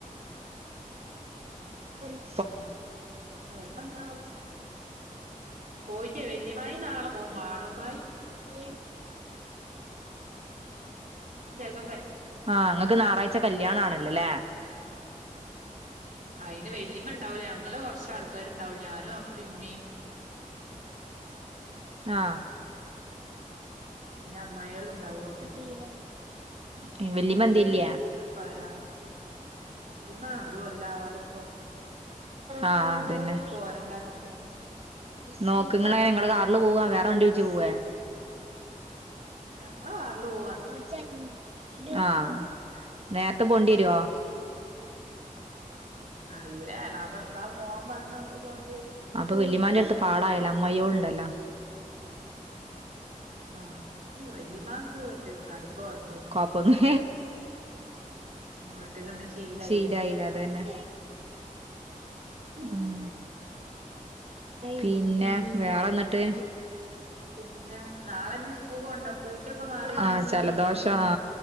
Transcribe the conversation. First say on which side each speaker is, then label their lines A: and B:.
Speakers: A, on the right; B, on the right.
A: ഉ
B: ആവെറുതെന്നാവും പോയിട്ടേ വല്യമ്മായി നാളെ പോകും മാളുമ്മായി
A: ഉ
B: <inaudible>
A: ആഹ് ങ്ങക്ക് ഞായറാഴ്ച കല്യാണ ആണല്ലോല്ല
B: അയിന് വലിയമ്മ ഉണ്ടാവൂല ഞങ്ങള് കൊറച്ച ആൾക്കാരുണ്ടാവൂ ഞാനും അഫി ഉമ്മയും
A: ആഹ
B: പിന്നെ അമ്മായിയളും ണ്ടാവുള്ളു
A: <inaudible> വല്ലി മ്മന്തിഇല്ലയേ
B: അല്ലാ പരാ വല്ലിമ്മ ഒരു കൊല്ലാവാതെപ്പൊ
A: ആഹ് അതന്നെ
B: പോരണ്ടാ <unintelligible>
A: നോക്കങ്ങങ്ങളെ നിങ്ങളെ കാറിൽ പോവാ വേറെ വണ്ടി വിളിച്ചു പോവേ
B: ഞങ്ങള കാർല് പോ
A: <inaudible> ആഹ നേരത്തെ പോണ്ടി വരുവോ
B: അറിയിലാ എളാപ്പ എപ്പളാ പോവാൻ പറഞ്ഞു അപ്പൊ പോവേണ്ടി വരും
A: അപ്പൊ വല്യമാന്റെ അടുത്തിപ്പോ ആളായല്ലോ അമ്മായിയോൾ ഉണ്ടല്ലോ
B: ആഹ അത് വല്യമ്മാക്ക് ഒറ്റക്ക്‌ ന്നാ ലും പ്പ കൊയ്പല്ല
A: കൊപ്പൊന്ന
B: ഒറ്റക്ക്ന്ന് ശീലായില്ലേ
A: ശീലായില്ല അത തന്നെ ഉം പിന്നെ
B: ഉം
A: വേറെ ന്നിട്ട്
B: പിന്നെ നാളെ ഇഞ്ഞ് സ്കൂൾക്ക് കൊണ്ടോ കൂറ്റൊക്കെ മാറിക്ക്ണല്ലോ
A: ആഹ് ചലദോഷ്
B: ജനലിന്റെ
A: ആ